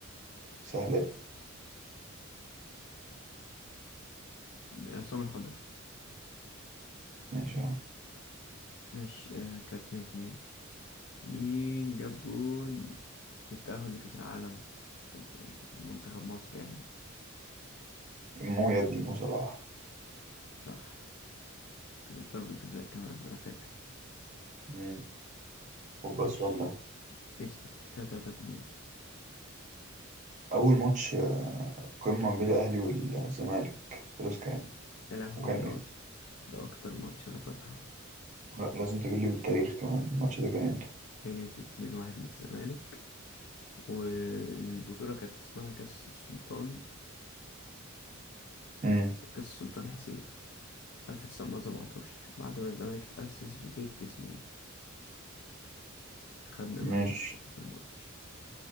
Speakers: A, on the right; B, on the left.
A: سهلة دي
B: عصام الخضري
A: ماشي يا عم
B: ماشي آه، كده اتنين اتنين مين جاب جون التأهل لكأس العالم في م- منتخب مصر يعني
A: مو يا ابني مو صلاح
B: صح كانت ضربة جزاء كمان أنا فاكر
A: مم. خد بس
B: ماشي
A: والله
B: اسأل كده تلاتة اتنين
A: أول ماتش قمة ما بين الأهلي والزمالك خلاص كان
B: يا لهوي
A: وكان
B: ده
A: امتى
B: ده أكتر ماتش أنا فاكره
A: لا، لازم تقول لي بالتاريخ كمان الماتش ده كان امتى
B: خلص اتنين واحد للزمالك والبطولة كانت اسمها كأس السلطان
A: امم
B: كأس السلطان حسين 1917 بعد ما الزمالك تأسس بست سنين خدنا
A: ماشي
B: منهم أول ماتش